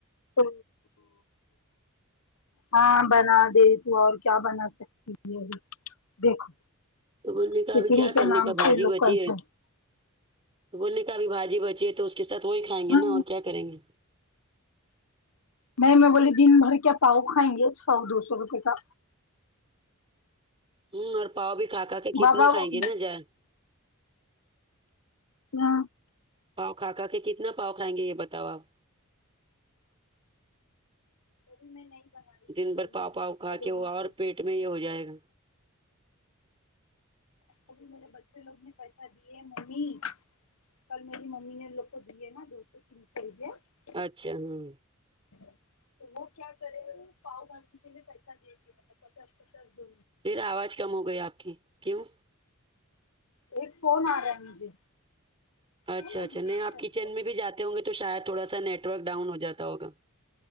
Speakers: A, on the left; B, on the right.
A: تو ہاں بنا دے تو اور کیا بنا سکتی یہ بھی دیکھو
B: تو بولنے کا
A: کھچڑی
B: ابھی کیا
A: کے
B: کرنے
A: نام
B: کا بھجی
A: سے لوگ
B: بچی
A: کیسے
B: ہے تو بولنے کا ابھی باجی بچی ہے تو اس کے سات وہی کھائیں گے
A: ہاں
B: نا اور کیا کریں گے
A: نہیں میں بولیے دن بھر کیا پاؤ کھائیں گے سو دو سو روپے کا
B: ہوں اور پاؤ بھی کھا کھا کا کے
A: بابا
B: کتنا کھائیں
A: ہاں
B: گے نا جار
A: نا
B: پاؤ کھا کھا کے کتنا پاؤ کائیں گے یہ بتاؤ آپ
A: وہ میں نہیں بنا رہی
B: دن
A: تھی بھائی
B: بھر
A: میرے
B: پاؤ پاؤ
A: بچے
B: کھا کے
A: لوگ
B: ہوا
A: نے
B: اور پیٹ میں یہ ہو جائے گا
A: ابھی میرے بچے لوگ نے پیسہ دیے ہیں ممی کل میری ممی نے لوگ کو دیے نا دو سو تین سو روپیہ <unintelligible>
B: اچھا ہوں
A: <unintelligible> تو وہ کیا کرے پاؤ بھاجی کے لیے پیسہ دیتی مطلب پچاس پچاس دو
B: پھر آواز کم ہو گئی آپ کی کیوں
A: ایک فون ارہا مجھے
B: اچھا
A: فون
B: اچھا نہیں آپ کچن میں بھی جاتے ہوں گے تو شاید تھوڑا سا نیٹ ورک ڈاؤن ہو جاتا ہوگا